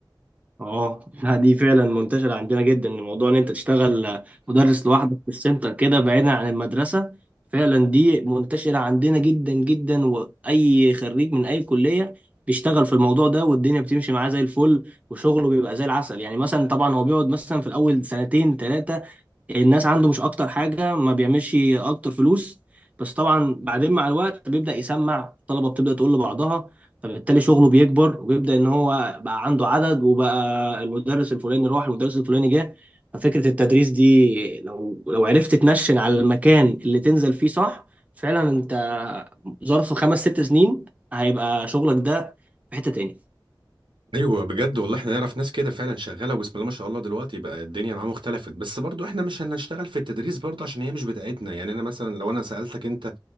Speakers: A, on the right; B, on the right.
A: اه لا، دي فعلا منتشرة عندنا جدا إن موضوع ان انت تشتغل مدرس لوحدك في السنتر كده بعيدا عن المدرسة فعلا دي منتشرة عندنا جدا جدا واي خريج من اي كلية بيشتغل في الموضوع ده والدنيا بتمشي معاه زي الفل وشغله بيبقى زي العسل يعني مثلا طبعا هو بيقعد مثلا في الاول سنتين ثلاثة الناس عنده مش اكتر حاجه ما بيعملش اكتر فلوس بس طبعا بعدين مع الوقت بيبدا يسمع الطلبه بتبدا تقول لبعضها فبالتالي شغله بيكبر وبيبدا ان هو بقى عنده عدد وبقى المدرس الفلاني راح المدرس الفلاني جه ففكره التدريس دي لو لو عرفت تنشن على المكان اللي تنزل فيه صح فعلا انت ظرف خمس ست سنين هيبقى شغلك ده في حته تاني
B: ايوه بجد والله احنا نعرف ناس كده فعلا شغاله وبسم الله ما شاء الله دلوقتي بقى الدنيا معاهم اختلفت بس برضو احنا مش هنشتغل في التدريس برضو عشان هي مش بتاعتنا يعني انا مثلا لو انا سالتك انت